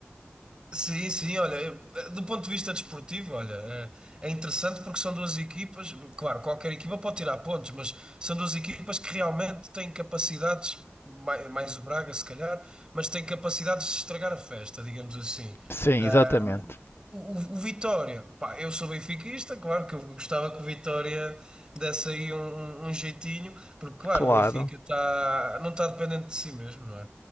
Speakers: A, on the right (about 20°); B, on the left (about 60°).
A: Sim, sim, olha, eu- eh, do ponto de vista desportivo, olha, é, é interessante porque são duas equipas, claro, qualquer equipa pode tirar pontos, mas são duas equipas que realmente têm capacidades, mai- mais, o Braga se calhar, mas têm capacidades de estragar a festa, digamos assim.
B: Sim,
A: Ah,
B: exatamente.
A: o, o Vitória, pá, eu sou benfiquista, claro que eu gostava que o Vitória desse aí um, um- um jeitinho, porque claro,
B: Claro,
A: o Benfica tá, não está dependente de si mesmo, não é?